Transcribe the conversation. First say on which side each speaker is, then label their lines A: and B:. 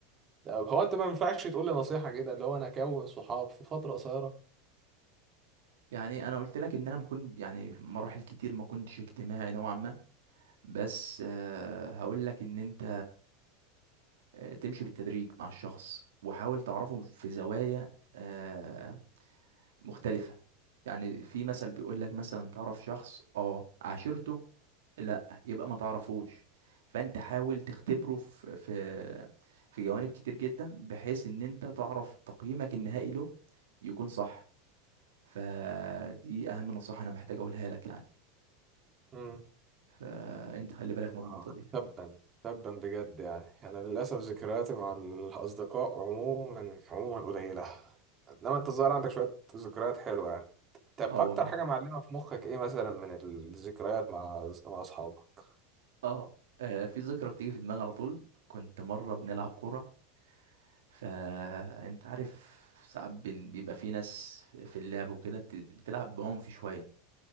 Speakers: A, on the right; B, on the right.
A: طب هو انت ما ينفعش تقول لي نصيحة كده اللي هو انا اكون صحاب في فترة قصيرة
B: يعني انا قلت لك ان انا ما كنت يعني في مراحل كتير ما كنتش اجتماعي نوعا ما بس آه، هقول لك ان انت آه، تمشي بالتدريج مع الشخص وحاول تعرفه في زوايا آه، مختلفة يعني في مثل بيقول لك مثلا تعرف شخص اه عاشرته لا يبقى ما تعرفوش فانت حاول تختبره في في في جوانب كتير جدا بحيث ان انت تعرف تقييمك النهائي له يكون صح فدي اهم نصيحة انا محتاج اقولها لك يعني
A: مم.
B: فانت خلي بالك من النقطة
A: آه
B: دي
A: تبا تبا بجد يعني أنا للأسف ذكرياتي مع الأصدقاء عموما عموما قليلة إنما أنت الظاهر عندك شوية ذكريات حلوة يعني طب
B: اه
A: أكتر
B: والله
A: حاجة معلمة في مخك إيه مثلا من الذكريات مع مع أصحابك؟
B: اه آه، في ذكرى بتيجي في دماغي على طول كنت مرة بنلعب كورة فانت عارف ساعات بن- بيبقى في ناس في اللعب وكده بت- بتلعب بعنف شوية